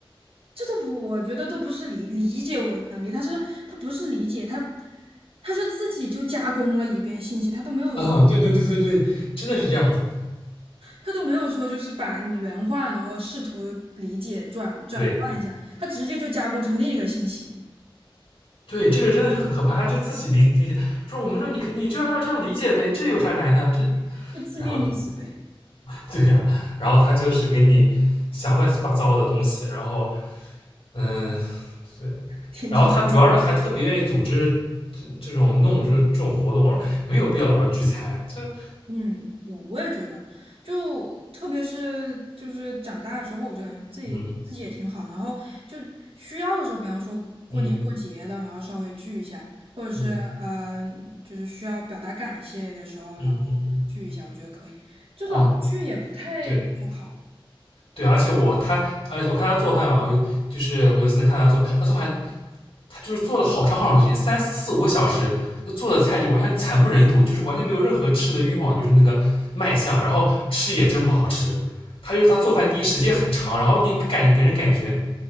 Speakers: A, on the right (about 85°); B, on the left (about 85°).
A: 这都不，我觉得都不是理理解我的能力，他是他不是理解，他他是自己就加工了一遍信息，他都没有
B: 啊，对对对对对，真的是这样子。
A: 他都没有说就是把你原话，然后试图理解转转换一下，
B: 对
A: 他直接就加工成另一个信息，
B: 对，这个真的是很可怕。他就自己理理解，说我们说你可你就按照这样理解呗，这有啥难的？这
A: 就字面意思呗。
B: 然后 <laughs> 对啊，然后他就是给你想乱七八糟的东西，然后嗯对，
A: 挺挺，
B: 然后他主要是还特别愿意组织这这种弄这这种活动。我说没有必要老是聚餐，这
A: 嗯，我我也觉得，就特别是就是长大之后，我就感觉自己自己也挺好，
B: 嗯
A: 然后就需要的时候，比方说过年过节了，
B: 嗯
A: 然后稍微聚一下，或者是呃，
B: 嗯
A: 就是需要表达感谢的时候，
B: 嗯嗯嗯，
A: 然后聚一下，我觉得可以。就老聚也不太不太好。
B: 哦对。对，而且我他，而且我看他做饭嘛，我有就是我有次能看他做，他做饭，他就是做了好长好长时间，三四四五个小时，就做的菜就完全惨不忍睹，就是完全没有任何吃的欲望，就是那个卖相，然后吃也真不好吃。他就是他做饭第一时间很长，然后你感给人感觉